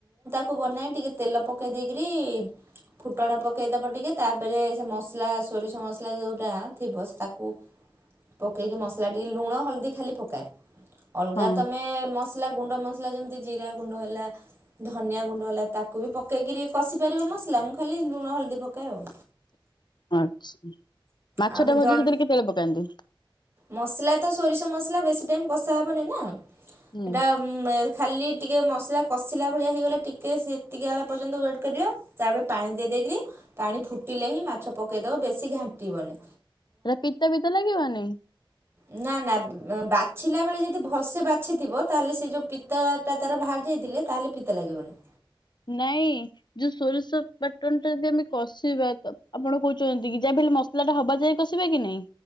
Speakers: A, on the right; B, on the left.
A: ବନାଇ ଟିକେ ତେଲ ପକେଇ ଦେଇକିରି ଫୁଟଣ ପକାଇଦେବ ଟିକେ ତାପରେ ସେ ମସଲା ସୋରିଷ ମସଲା ଯେଉଁଟା ଥିବ ତାକୁ ପକେଇକି ମସଲା ଟିକେ ଲୁଣ ହଳଦୀ ଖାଲି ପକାଏ। ଅଲଗା
B: ହଁ
A: ତମେ ମସଲା ଗୁଣ୍ଡ ମସଲା ଯେମତି ଜିରା ଗୁଣ୍ଡ ହେଲା ଧନିଆ ଗୁଣ୍ଡ ହେଲା ତାକୁ ତାକୁ ବି ପକେଇକିରି କଷି ପାରିବ ମସଲା ମୁଁ ଖାଲି ଲୁଣ ହଳଦୀ ପକାଏ ଆଉ
B: ଆଚ୍ଛା ମାଛ
A: ଆଉ
B: ଟା
A: ଜଣ
B: ଭଜା ସେଥିରେ କେତେ ତେଲ ପକାନ୍ତି?
A: ମସଲା ତ ସୋରିଷ ମସଲା ବେଶୀ ଟାଇମ୍ କଷା ହେବନି ନା।
B: ହୁଁ
A: ଏଇଟା ଖାଲି ଟିକେ ମସ ଲା କସିଲା ଭଳି ହେଲେ ଟିକେ ୱେଟ କରିବ ପାଣି ଦେଇକିରି ଫୁଟିଲେ ହିଁ ମାଛ ପକାଇଦେବ ବେଶୀ ଘାଣ୍ଟିବନି।
B: ତା ପିତା ପିତା ଲାଗିବ ନାଇଁ
A: ଁ <inaudible> ନା ନା ବାଛିଲା ବେଳେ ଯଦି ଭଲସେ ବାଛିଥିବ। ତାହେଲେ ସେ ଯୋଉ ପିତା ଟା ତାର ବାହାରି ଯାଇଥିଲେ ତାହଲେ ପିତା ଲାଗିବନି
B: ନାଇଁ ଯୋଉ ସୋରିଷ ପାଟଣ ଟା ଯଦି ଆମେ କଷିବା ତ ଆପଣ କୋହୁଚନ୍ତି କି ଯ ମସଲା ଟା ହବା ଯାଇ କସିବେ କି ନାଇଁ